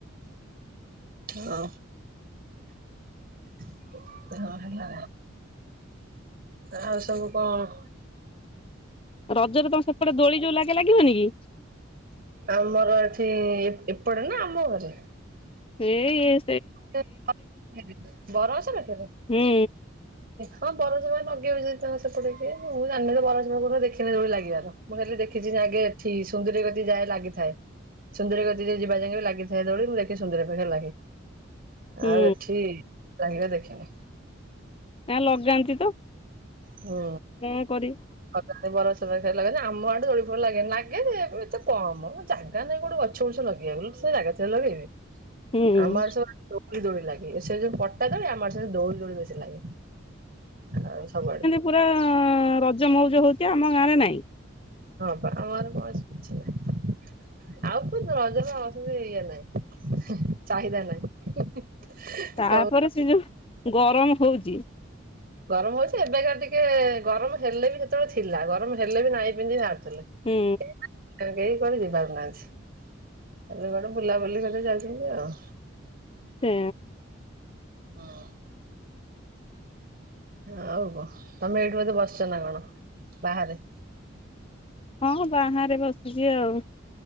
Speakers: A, on the right; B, on the left.
A: ହଁ <inaudible> ହଁ ହେଲା। ଆଉ ସବୁ କଣ?
B: ରଜରେ ତମେ ସେପଟେ ଦୋଳି ଯୋଉ ଲାଗେ ଲାଗିବନି କି।
A: ଆମର ଏଠି ଏପଟେ ନା ଆମ ଘରେ?
B: ଏଇ-ଏ।
A: <unintelligible> ବରଗଛ ପାଖରେ
B: ହୁଁ
A: ହଁ ବରସ ପା ନଗେଇ ହ ତା ସେପଟେ କିଏ ମୁଁ ଜାଣିନି ତ ବରସ ପାଖକୁ ଦେଖିନି ଦୌଳି ଲାଗିବାର ମୁଁ ଖାଲି ଦେଖିଛି ଯେ ଆଗେ ଏଠି ସୁନ୍ଦରୀ ଗତି ଯାଏ ଲାଗିଥାଏ ସୁନ୍ଦରୀ ଗ ଯ ଯିବା ଯାଇ ବି ଲାଗିଥାଏ ଦୌଳି ମୁଁ ଦେଖି ସୁନ୍ଦରୀ ପାଖ ହେ ଲାଗି।
B: ହୁଁ
A: ଆଉ ଏଠି ଲାଇଘା ଦେଖିକି
B: ଏ ଲଗାନ୍ତି ତ।
A: ହୁଁ
B: କଣ କରିବି
A: ଲଗାନ୍ତି। ବରସ ଲଗେନ ଆମ ଆଦୋଳିଫୋଳିଲାଗେନି ଲାଗେ ଯେ ଏତେ କମ ଜାଗାାଇଁ ଗୋଟେ ଗଛ ଗୁଛ ଲଗେଇବ ଜାଗା ଥିଲେ ସିନା ଲଗେଇବେ।
B: ହୁଁ
A: ଆମର ସବ ଦୋଳି ଲାଗେ ସେ ପଟ୍ଟା ଦରି ଆମ ସାତେ ଦୌଡ଼ି ଦୋଳି ବେଶୀ ଲାଗେ। ଆଉ ସବୁଆଡେ।
B: ପୁରା ରଜମ ରଜ ହଉଚି। ଏ ଆମ ଗାଁରେ ନାଇଁ।
A: ଆମର କୌଣସି କିଛି ନାହିଁ ଆଉ କ ରଜର ଇଏ ନାହିଁ ଚାହିଦା ନାହିଁ।
B: ତାପରେ
A: ସବୁ
B: ସେ ଯୋଉ ଗରମ ହଉଛି।
A: ଗରମ ହଉଛି ଏବେକା ଟିକେ ଗରମ ହେଲେ ବି ସେତେବେଳେ ଥିଲା ଗରମ ହେଲେ ବି ନାଇଁ ପିନ୍ଧି ଏହେ।
B: ହୁଁ
A: କଡ ଯିବାର ନାହାନ୍ତି କଡେ ବୁଲାବୁଲି କରି ଯାଉଛନ୍ତି ଆଉ
B: ତେଁ।
A: ହଁ। ଆଉ କହ ତମେ ଏଇଠି ବଧେ ବସଛ ନା କଣ ବାହାରେ।
B: ହଁ ବାହାରେ ବସିଛି ଆଉ